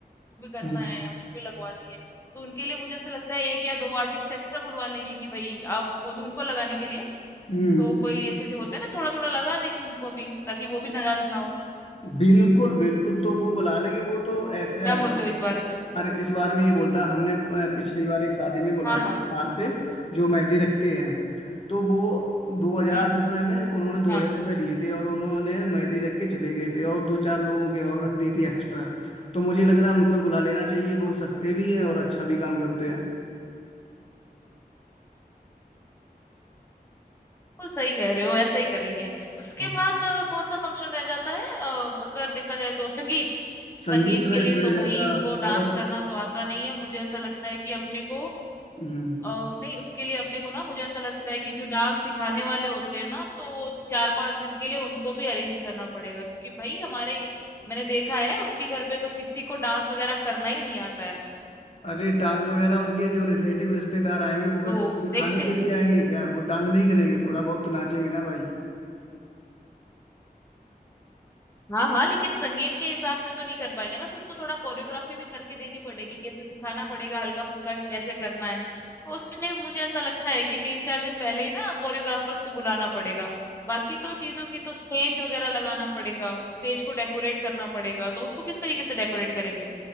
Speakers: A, on the left (about 15°); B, on the left (about 40°).
A: भी करना
B: हम्म
A: है हमको भी लगवानी है तो उनके लिए मुझे ऐसा लगता है एक या दो आर्टिस्ट एक्स्ट्रा बुलवा लेंगे कि भाई आप वो जो उनको लगाने के लिए
B: हम्म,
A: तो कोई ऐसे जो होते हैं ना थोड़ा थोड़ा लगा देंगे उनको भी ताकि वो भी नाराज ना हो
B: बिल्कुल बिल्कुल तो वो बुला लेंगे वो तो ऐसे
A: क्या
B: आ जाएंगे
A: बोलते हो इस बारे में
B: अरे इस बार भी ये बोलता हमने अ, पिछली बार एक शादी में बुलाए
A: हाँ
B: थे
A: हाँ
B: बाहर से जो मेहंदी रखते हैं तो वो दो हजार
A: हम्म
B: रुपये में उन्होंने दो
A: हाँ
B: हजार रुपये दिए थे और उन्होंने मेहंदी रख के चले गए थे और दो चार लोगों के और रख दी थी एक्स्ट्रा तो मुझे लग रहा है उनको ही बुला लेना चाहिए वो सस्ते भी हैं और अच्छा भी काम करते हैं
A: बिल्कुल सही कह रहे हो, ऐसे ही करेंगे। उसके
B: हाँ।
A: बाद अ, कौन-सा फंक्शन रह जाता है? अ, अगर देखा जाए तो संगीत,
B: संगीत
A: संगीत
B: रह,
A: के लिए
B: रह
A: तो
B: जाता
A: भई इनको डांस
B: और
A: करना तो आता नहीं है। मुझे ऐसा लगता है कि अपने को
B: हम्म
A: अ, नहीं उसके लिए अपने को ना मुझे ऐसा लगता है कि जो डांस सिखाने वाले होते हैं ना, तो 4-5 दिन के लिए उनको भी अरेंज करना पड़ेगा क्योंकि भई हमारे मैंने देखा है उनके घर पे तो किसी को डांस वगैरह करना ही नहीं आता है।
B: अरे डांस वगैरह उनके जो रिलेटिव रिश्तेदार आएंगे वो क्या
A: तो
B: खाली
A: देखते
B: खाने के
A: हैं।
B: लिए आएंगे क्या वो डांस नहीं करेंगे थोड़ा बहुत तो नाचेंगे ना भाई
A: हाँ, हाँ, लेकिन संगीत के हिसाब से तो नहीं कर पाएँगे ना, तो उनको थोड़ा कोरियोग्राफ़ी भी करके देनी पड़ेगी, कैसे सिखाना पड़ेगा हल्का-फुल्का कि कैसे करना है। तो उसके लिए मुझे ऐसा लगता है कि 3-4 दिन पहले ही ना कोरियोग्राफ़र्स को बुलाना पड़ेगा। बाकी तो चीज़ों की तो स्टेज वग़ैरह लगाना पड़ेगा, स्टेज को डेकोरेट करना पड़ेगा, तो उसको किस तरीके से डेकोरेट करेंगे?